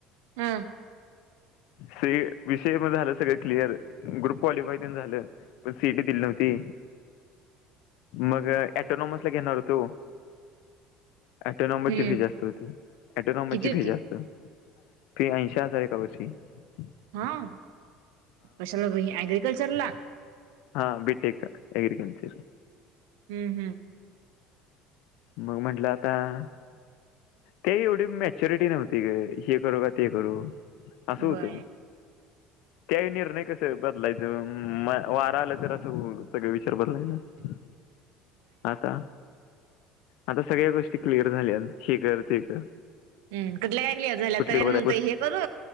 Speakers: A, on the right; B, on the left.
A: हा
B: से विषय मग झालं सगळ क्लिअर ग्रुप क्वालिफाय झालं! सी इ टी दिली नव्हती. मग ऑटोनोमस ला घेणार होतो. ॲटोनोमसची
A: हम्म.
B: फी जास्त होती ॲटोनोमसची
A: किती होती
B: फी जास्त - ते ऐंशी हजार एका वर्षी -
A: हां कशाला बाई अग्रिकल्चर ला -
B: हां बीटेक ॲग्रिकल्चर -
A: हम्म हम्
B: मग म्हटलं आता - ते एवढी मॅच्युरिटी नव्हती ग हे करू काय ते करू असं होतं.
A: व्हय <unintelligible>
B: त्याही निर्णय कस बदलायच वारा आलं तर असं सगळे विचार बदलायच.
A: <unintelligible>
B: आता आता सगळ्या गोष्टी क्लिअर झाल्या हे कर ते कर.
A: हम् कधल्या कायकली झाल्या
B: कुठली
A: तर
B: बरं
A: म्हणतय
B: गोष्ट
A: हे करू